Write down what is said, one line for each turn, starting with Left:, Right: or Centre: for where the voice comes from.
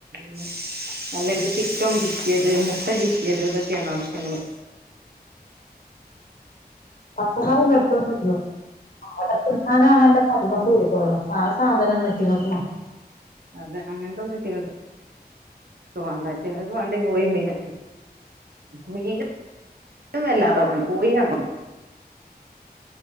Right: <unintelligible> അല്ലെങ്കിൽ ചിക്കൻ ചിക്കിയത് മുട്ട ചിക്കിയത് ഇതൊക്കെയാണ് ആവിശ്യങ്ങള്
Left: പച്ചക്കറി <unintelligible> തിന്നാനാണല്ലോ തടിമ്മക്ക് പിടിക്കുള്ളൂ ആ സാധനം ഒന്നും ഇറ്റങ്ങക്ക് മാ
Right: അതെ അങ്ങനത്തൊന്നും ഇറ്റിങ്ങക്ക് ക്ക് വേണ്ട ഈറ്റ്ങ്ങക്ക് മാണ്ടിയേ കോഴി മീനൊക്കെ മീനും വല്ലാതെ മാണ്ട കോഴി <unintelligible>